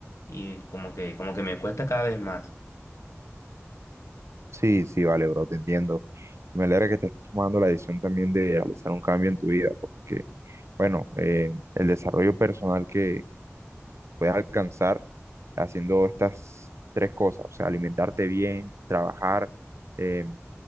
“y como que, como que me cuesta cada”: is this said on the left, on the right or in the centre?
Left